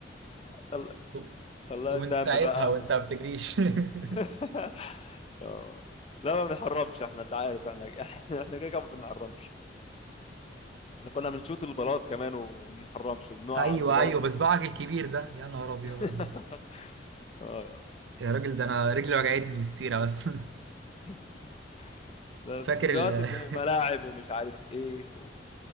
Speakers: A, on the left; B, on the right.
A: طل...
B: و-
A: طلعت
B: ومن
A: دم
B: ساعتها
A: بقى
B: وانت
A: و...
B: ما بتجريش
A: <laughs>
B: <laughs>
A: آه. لا ما بنحرمش احنا انت عارف احنا <laughs> احنا كده كده ما بنحرمش احنا كنا بنشوط البلاط كمان وما بنحرمش وبنقع
B: ايوه
A: على البلاط
B: ايوه بصبعك الكبير ده يا نهار ابيض
A: <laughs> اه
B: يا راجل ده انا رجلي وجعتني من السيره بس
A: <laughs>
B: <laughs>
A: بس
B: فاكر
A: دلوقتي
B: ال
A: في
B: <laughs>
A: ملاعب ومش عارف ايه و...